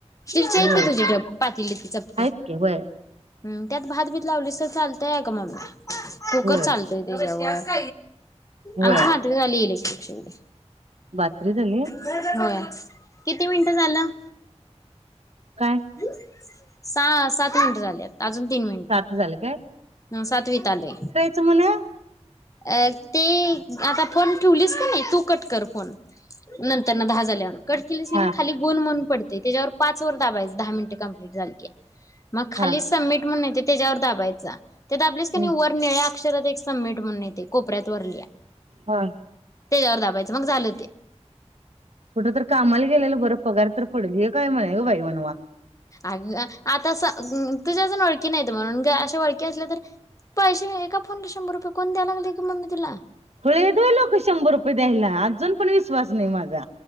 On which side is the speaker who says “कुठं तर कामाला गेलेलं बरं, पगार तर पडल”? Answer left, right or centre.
Right